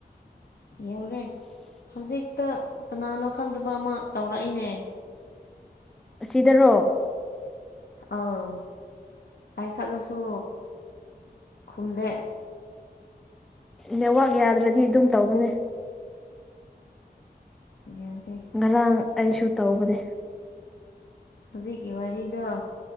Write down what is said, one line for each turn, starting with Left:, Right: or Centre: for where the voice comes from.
Left: ꯌꯧꯔꯦ ꯍꯧꯖꯤꯛꯇ ꯀꯅꯥꯅꯣ ꯈꯪꯗꯕ ꯑꯃ ꯇꯧꯔꯛꯏꯅꯦ
Centre: ꯑꯁꯤꯗꯔꯣ
Left: ꯑꯥꯎ ꯄꯥꯏꯈꯠꯂꯁꯨ ꯈꯨꯝꯗꯦ
Centre: ꯅꯦꯠꯋꯥꯛ ꯌꯥꯗ꯭ꯔꯗꯤ ꯑꯗꯨꯝ ꯇꯧꯕꯅꯦ
Left: ꯌꯗ‌ꯦ
Centre: ꯉꯔꯥꯡ ꯑꯩꯁꯨ ꯇꯧꯕꯅꯦ
Left: ꯍꯧꯖꯤꯛꯀꯤ ꯋꯥꯔꯤꯗ‌ꯣ